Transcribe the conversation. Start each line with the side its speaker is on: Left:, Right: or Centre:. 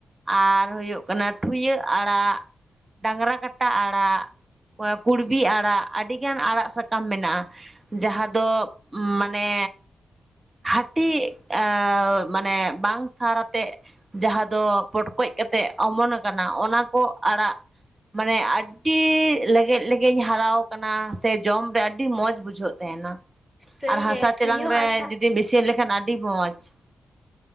Right: ᱟᱨ ᱦᱩᱭᱩᱜ ᱠᱟᱱᱟ ᱴᱷᱩᱭᱟᱹᱜ ᱟᱲᱟᱜ, ᱰᱟᱝᱨᱟ ᱠᱟᱴᱟ ᱟᱲᱟᱜ, ᱠᱩᱲᱵᱤ ᱟᱲᱟᱜ ᱟᱹᱰᱤᱜᱟᱱ ᱟᱲᱟᱜ ᱥᱟᱠᱟᱢ ᱢᱮᱱᱟᱜᱼᱟ ᱾ ᱡᱟᱦᱟᱸ ᱫᱚ ᱢᱟᱱᱮ ᱠᱷᱟᱴᱤ ᱮᱻ ᱢᱟᱱᱮ ᱵᱟᱝ ᱥᱟᱨ ᱟᱛᱮ ᱡᱟᱦᱟᱸ ᱫᱚ ᱯᱚᱴᱠᱚᱡ ᱠᱟᱛᱮᱜ ᱚᱢᱚᱱ ᱟᱠᱟᱱᱟ ᱚᱱᱟ ᱠᱚ ᱟᱲᱟᱜ ᱢᱟᱱᱮ ᱟᱰ ᱤ ᱞᱮᱜᱮᱡ ᱞᱮᱜᱮᱡ ᱮᱧ ᱦᱟᱨᱟᱣ ᱟᱠᱟᱱᱟ ᱥᱮ ᱡᱚᱢ ᱨᱮ ᱟᱹᱰᱤ ᱢᱚᱸᱡᱽ ᱵᱩᱡᱷᱟᱹᱜ ᱛᱟᱦᱮᱱᱟ ᱾
Centre: ᱥᱟᱹᱨᱤᱜᱮ
Right: ᱟᱨ ᱦᱟᱥᱟ
Centre: ᱴᱷᱩᱭᱳ
Right: ᱪᱮᱞᱟᱝ ᱨᱮ
Centre: ᱟᱲᱮ
Right: ᱡᱩᱫᱤᱢ ᱤᱥᱤᱱ ᱞᱮᱠᱷᱟᱱ ᱟᱹᱰᱤ ᱢᱚᱸᱡᱽ ᱾